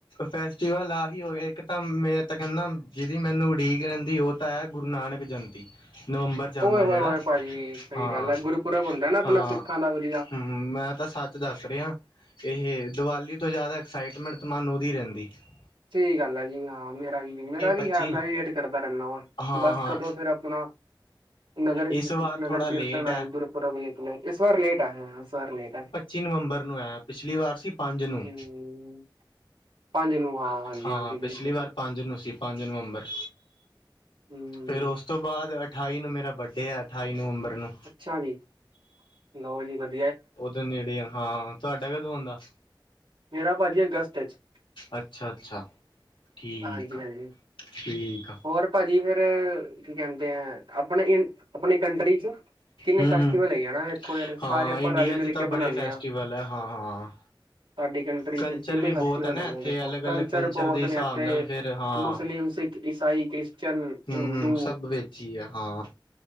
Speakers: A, on the left; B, on the right.
A: ਫੈਸਟੀਵਲ ਆਹੀ ਹੋਗੇ ਇੱਕ ਤਾਂ ਮੈਂ ਤਾਂ ਕਹਿੰਨਾਂ ਜਿਹਦੀ ਮੈਨੂੰ ਉਡੀਕ ਰਹਿੰਦੀ ਉਹ। ਤੈ ਗੁਰੂ ਨਾਨਕ ਜੰਤੀ ਨਵੰਬਰ। ਜਾਂਦਾ
B: ਓਏ ਹੋਏ
A: ਜਿਹੜਾ
B: ਹੋਏ ਭਾਜੀ ਸਹੀ
A: ਹਾਂ-ਹਾਂ
B: ਗੱਲ ਹੈ ਗੁਰਪੁਰਬ ਹੁੰਦਾ ਨਾ ਆਪਣਾ ਸਿੱਖਾਂ ਦਾ ਵਧੀਆ
A: ਹੂੰ ਮੈਂ ਤਾਂ ਸਾ ਤੇ ਦੱਸ ਰਿਹਾ ਇਹ ਦੀਵਾਲੀ ਤੋਂ ਜ਼ਿਆਦਾ ਐਕਸਾਈਟਮੈਂਟ ਤਾਂ ਮਨੂੰ ਉਹਦੀ ਰਹਿੰਦੀ ਏ।
B: ਸਹੀ ਗੱਲ ਹੈ ਜੀ ਨਾਂ ਮੇਰਾ ਵੀ ਮੇਰਾ ਵੀ
A: ਪੱਚੀ
B: ਹੈ ਮੈਂ ਵੀ ਵੇਟ ਕਰਦਾ ਰਹਿੰਨਾ ਵਾਂ
A: ਹਾਂ
B: ਬਸ
A: ਹਾਂ
B: ਕਦੋਂ ਫੇਿਰ ਆਪਣਾ। ਨਗਰ ਅ
A: ਇਸ
B: ਅ
A: ਵਾਰ
B: ਨਗਰ
A: ਥੋੜਾ
B: ਕੀਰਤਨ
A: ਲੇਟ
B: ਆਏ
A: ਹੈ
B: ਗੁਰਪਰਬ ਨਿਕਲੇ ਇਸ ਵਾਰ ਲੇਟ ਆਏ ਹਾਂ ਹਾਂ ਇਸ ਵਾਰ ਲੇਟ ਆਏ।
A: ਪਚੀ ਨਵੰਬਰ ਨੂੰ ਐ ਪਿਛਲੀ ਵਾਰ ਸੀ ਪੰਜ ਨੂੰ
B: ਹਮ ਪੰਜ ਨੂੰ ਹਾਂ। ਹਾਂਜੀ
A: ਹਾਂ
B: ਹਾਂਜੀ
A: ਪਿਛਲੀ
B: ਬਿਲਕੁਲ
A: ਵਾਰ ਪੰਜ ਨੂੰ ਸੀ ਪੰਜ ਨਵੰਬਰ
B: ਹਮ
A: ਫੇਰ ਓਸ ਤੋਂ ਬਾਅਦ ਅਠਾਈ ਨੂੰ ਮੇਰਾ ਬੱਡੇ ਆ ਅਠਾਈ ਨਵੰਬਰ ਨੂੰ
B: ਅੱਛਾ ਜੀ! ਨੌ ਜੀ ਵਧੀ <unintelligible>
A: ਓਦੇ ਨੇੜੇ ਆ ਹਾਂ ਤੁਹਾਡਾ ਕਦੋਂ ਆਉਂਦਾ
B: ਮੇਰਾ ਭਾਜੀ ਅਗਸਤ ਚ
A: ਅੱਛਾ ਅੱਛਾ ਠੀਕ
B: ਹਾਂਜੀ
A: ਆ।
B: ਹਾਂਜੀ
A: ਠੀਕ ਆ।
B: ਹੋਰ ਭਾਜੀ ਫਿਰ ਕੀ ਕਹਿੰਦੇ ਐ ਆਪਣੇ ਆਪਣੀ ਕੰਟਰੀ ਚ ਕਿੰਨੇ
A: ਹੂੰ
B: ਫੈਸਟੀਵਲ
A: ਹੂੰ
B: ਐ ਜਾਣਾ ਵੇਖੋ ਯਾਰ
A: ਹਾਂ
B: ਸਾਰੇ ਆਪਾਂ
A: ਇੰਡੀਆ
B: ਰਲ ਮਿਲ
A: 'ਚ
B: ਕੇ
A: ਤਾਂ
B: ਮਨਾਨੇ
A: ਬੜੇ ਫੈਸਟੀਵਲ
B: ਆ
A: ਹੈ ਹਾਂ ਹਾਂ
B: ਸਾਡੀ ਕੰਟਰੀ
A: ਕਲਚਰ
B: ਚ ਕਿੰਨੇ
A: ਵੀ
B: ਫੈਸਟੀਵਲ
A: ਬਹੁਤ ਹੈ ਨਾ
B: ਹੈਗੇ
A: ਇੱਥੇ
B: ਐ, ਦੇਖੋ
A: ਅਲੱਗ
B: ਕਲਚਰ
A: ਅਲੱਗ
B: ਬਹੁਤ
A: ਦੇ ਹਿਸਾਬ
B: ਨੇ ਇੱਥੇ
A: ਨਾਲ ਫਿਰ ਹਾਂ
B: ਮੁਸਲਿਮ, ਸਿੱਖ, ਈਸਾਈ, ਕ੍ਰਿਸਚਨ,
A: ਹੂੰ
B: ਹਿੰਦੂ।
A: ਹੂੰ ਸਭ ਵਿੱਚ ਹੀ ਆ ਹਾਂ